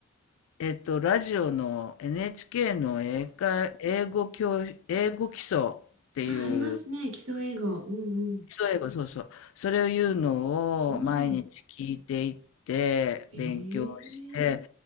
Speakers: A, on the left; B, on the right.
A: えっと、ラジオの NHK の英会、英語教、英語基礎っていう、
B: あ、ありますね。基礎英語。うんうん。
A: そう、英語、そうそう。それを言うのを毎日聞いていって、
B: うん。えー、
A: 勉強して、